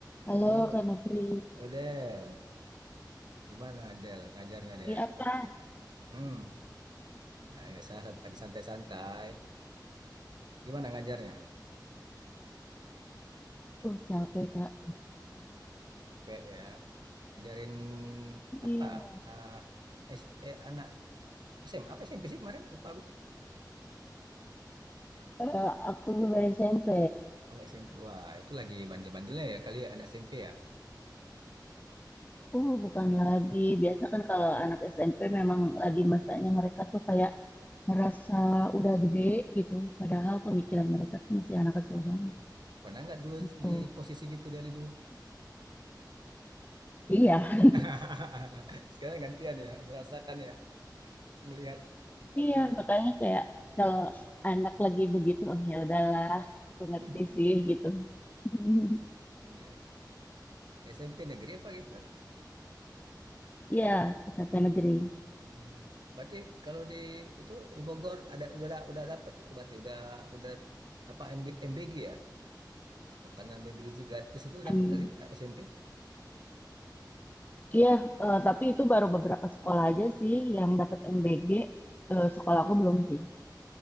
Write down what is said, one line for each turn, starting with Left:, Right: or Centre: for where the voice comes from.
Left: Halo
Right: Halo,
Left: Kak Nopri,
Right: halo Del. Gimana Del ngajarnya Del?
Left: Iya apa?
Right: Hmm, ayo sa- lagi santai-santai. Gimana ngajarnya?
Left: uh capek Kak.
Right: p ya, ajarin apa?
Left: Iya.
Right: Ah, S- eh, anak SM apa SMP sih kemarin? Lupa aku.
Left: Eh, aku guru SMP.
Right: Oh, SMP. Wah, itu lagi bandel-bandelnya ya kali ya anak SMP ya.
Left: Uh bukan lagi biasa kan kalau anak SMP memang lagi masanya mereka tuh kayak ngerasa udah gede gitu, padahal pemikiran mereka tuh masih anak kecil banget
Right: Pernah nggak dulu
Left: gitu.
Right: di posisi gitu Deli dulu?
Left: Iya,
Right: <laughs> Sekarang gantian ya, merasakan ya, melihat berarti
Left: Iya.
Right: ngeli.
Left: makanya kayak kalau anak lagi begitu, oh ya udahlah, aku ngerti
Right: <laughs>
Left: sih gitu. <laughs>
Right: Iya. SMP negeri apa gitu?
Left: Iya, SMP negeri.
Right: Hmm, berarti kalau di itu di Bogor ada udah da- udah dapat itu berarti udah udah apa MB, MBG ya makanan bergizi gratis itu dapat
Left: Em,
Right: nggak sih SMP?
Left: Iya, eh, tapi itu baru beberapa sekolah aja sih yang dapat MBG. Eh, sekolah aku belum sih.